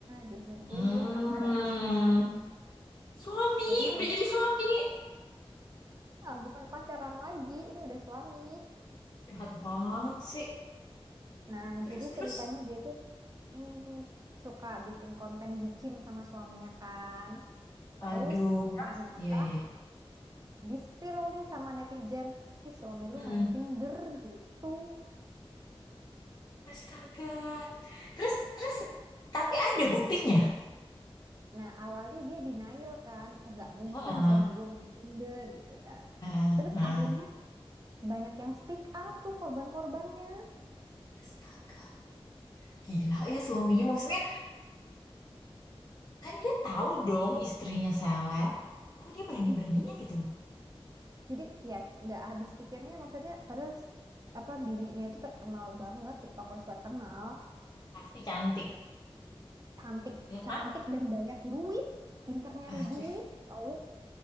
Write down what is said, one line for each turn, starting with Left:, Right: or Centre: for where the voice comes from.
Right: diselingkuhin
Left: Hmm.
Right: dia sama suaminya.
Left: Suami,
Right: Jadi,
Left: udah jadi suami.
Right: ya, bukan pacaran lagi, ini udah suami.
Left: Jahat banget sih.
Right: Nah,
Left: Terus,
Right: jadi
Left: terus.
Right: ceritanya dia tuh ini suka bikin konten bucin sama suaminya kan. Terus
Left: Aduh.
Right: ternyata
Left: Iya, iya.
Right: di-spill nih sama netizen, ih suami
Left: Hmm.
Right: lu main Tinder gitu.
Left: Astaga. Terus, terus, tapi ada buktinya.
Right: Nah, awalnya dia denial kan, nggak mungkin
Left: Heeh,
Right: suami gue main Tinder gitu kan.
Left: heeh,
Right: Terus
Left: heeh.
Right: akhirnya banyak yang speak up tuh korban-korbannya.
Left: Astaga. Gila ya suaminya. Maksudnya kan dia tahu dong istrinya seleb. Kok dia berani-beraninya
Right: Mhm.
Left: gitu loh.
Right: Jadi ya nggak habis pikirnya maksudnya padahal s- apa bininya itu terkenal banget, TikTokers terkenal.
Left: Pasti cantik.
Right: cantik
Left: Ya
Right: cantik
Left: kan?
Right: dan banyak duit pinter nyari
Left: Aduh,
Right: duit tahu